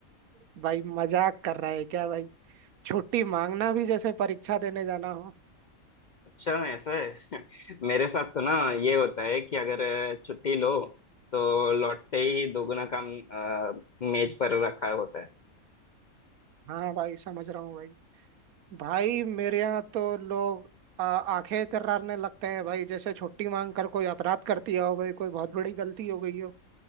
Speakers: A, on the right; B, on the left.
A: भाई मजाक कर रहा है क्या भाई छुट्टी मांगना भी जैसे परीक्षा देने जाना हो
B: अच्छा ऐसा है <laughs> मेरे साथ तो ना ये होता है कि अगर अ, छुट्टी लो तो लौटते ही दोगुना काम अ, मेज पर रखा होता है
A: हाँ भाई समझ रहा हूँ भाई भाई मेरे यहाँ तो लोग आ, आंखें तर्रारने लगते हैं भाई जैसे छुट्टी मांग कर कोई अपराध कर दिया हो भाई कोई बहुत बड़ी गलती हो गई हो